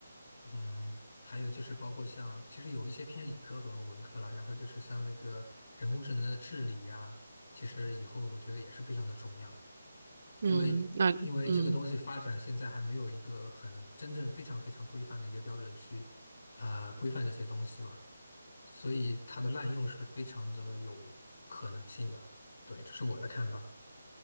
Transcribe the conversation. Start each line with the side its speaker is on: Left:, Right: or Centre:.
Left: 嗯，还有就是包括像，其实有一些偏理科和文科啦，然后就是像那个人工智能的治理呀，其实以后我觉得也是非常的重要，
Right: 嗯，
Left: 因为因为这个东西发展现在还没有一个很真正非常非常规范的一个标准去啊、
Right: 那嗯。
Left: 呃规范这些东西嘛，所以它的滥用是非常的有可能性的。对，这是我的看法。